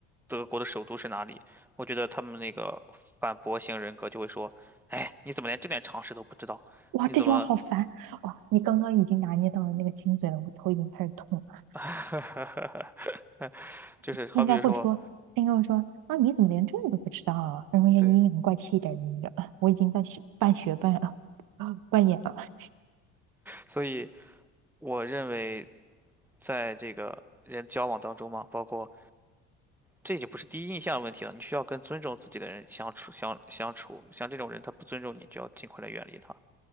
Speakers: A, in the centre; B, on the right.
A: 德国的首都是哪里，我觉得他们那个反驳型人格就会说：“哎，你怎么连这点常识都不知道？
B: 哇，
A: 你怎么？”
B: 这句话好烦！哇，你刚刚已经拿捏到了那个精髓了，我头已经开始痛了。
A: <laughs> 就是好比说，
B: 他应该会说，他应该会说啊，你怎么连这个都不知道啊？然后也阴阳怪气一点，
A: 对，
B: 你知道我已经在学半学半 <laughs> 啊扮演了。
A: 所以我认为在这个人交往当中嘛，包括这就不是第一印象的问题了，你需要跟尊重自己的人相处相相处，像这种人他不尊重你，就要尽快的远离他